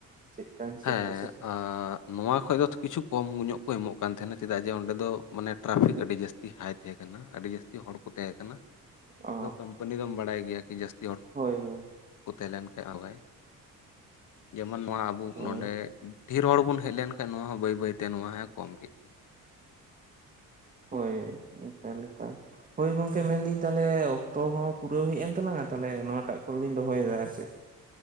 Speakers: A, on the right (about 25°); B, on the left (about 60°).
A: <unintelligible>
B: ᱦᱮᱸ
A: ᱛᱮ ᱥᱮ
B: ᱟᱻ ᱱᱚᱣᱟ ᱠᱷᱚᱡ ᱫᱚ ᱠᱤᱪᱷᱩ ᱠᱚᱢ ᱧᱚᱜ ᱠᱚ ᱮᱢᱚᱜ ᱠᱟᱱ ᱛᱟᱦᱮᱱᱟ, ᱪᱮᱫᱟᱜ ᱡᱮ ᱚᱸᱰᱮ ᱫᱚ ᱢᱟᱱᱮ ᱴᱨᱟᱯᱷᱤᱠ ᱟᱹᱰᱤ ᱡᱟᱹᱥᱛᱤ ᱦᱟᱭ ᱛᱟᱦᱮᱸ ᱠᱟᱱᱟ ᱾ ᱟᱹᱰᱤ ᱡᱟᱹᱥᱛᱤ ᱦᱚᱲ ᱠᱚ ᱛᱟᱦᱮᱸ ᱠᱟᱱᱟ ᱾
A: ᱚ
B: ᱟᱫᱚ ᱠᱚᱢᱯᱟᱹᱱᱤ ᱫᱚᱢ ᱵᱟᱲᱟᱭ ᱜᱮᱭᱟ ᱠᱤ ᱡᱟᱹᱥᱛᱤ ᱦᱚᱲ
A: ᱦᱳᱭ ᱦᱳᱭ
B: ᱠᱚ ᱛᱟᱦᱮᱸ ᱞᱮᱱ ᱠᱷᱟᱡ ᱟᱜ ᱵᱟᱭ ᱡᱮᱢᱚᱱ ᱱᱚᱣᱟ ᱟᱵᱚ
A: ᱦᱳᱭ
B: ᱱᱚᱰᱮ ᱰᱷᱮᱨ ᱦᱚᱲ ᱵᱚᱱ ᱦᱮᱡ ᱞᱮᱱ ᱠᱷᱟᱱ ᱱᱚᱣᱟ ᱦᱚᱸ ᱵᱟᱹᱭ ᱵᱟᱹᱭᱛᱮ ᱱᱚᱣᱟ ᱦᱚᱸᱭ ᱠᱚᱢ ᱠᱮᱫ ᱜᱮ ᱾
A: ᱦᱳᱭ, ᱚᱱᱠᱟ ᱞᱮᱠᱟ ᱾ ᱦᱳᱭ ᱜᱚᱝᱠᱮ ᱢᱮᱱᱫᱟᱹᱧ ᱛᱟᱦᱚᱞᱮ ᱚᱠᱛᱚ ᱦᱚᱸ ᱯᱩᱨᱟᱹᱣ ᱦᱮᱡ ᱮᱱ ᱛᱟᱞᱟᱝᱟ ᱛᱟᱦᱚᱞᱮ ᱱᱚᱣᱟᱴᱟᱜ ᱠᱚᱞᱤᱧ ᱫᱚᱦᱚᱭᱮᱫᱟ ᱟᱨ ᱪᱮᱫ ᱾